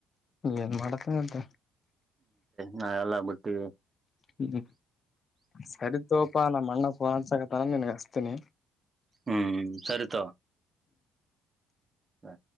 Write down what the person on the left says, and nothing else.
ಏನ್ ಮಾಡತನಂತ
ಹ್ಮ್ ಸರಿ ತೋಪಾ ನಮ್ಮ ಅಣ್ಣ ಫೋನ್ ಹಚ್ಚಾಕತನ ನಿನ್ಗೆ ತಿನೇ